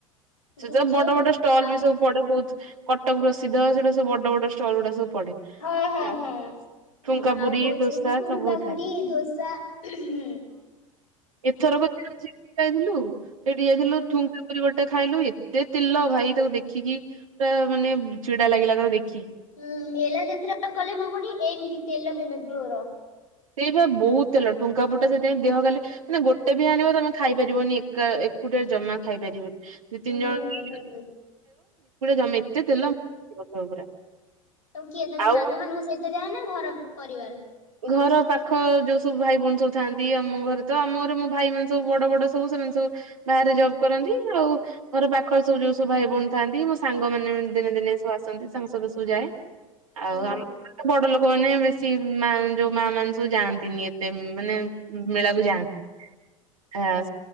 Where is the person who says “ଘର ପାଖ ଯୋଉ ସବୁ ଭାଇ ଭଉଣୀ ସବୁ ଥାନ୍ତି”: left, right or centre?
Right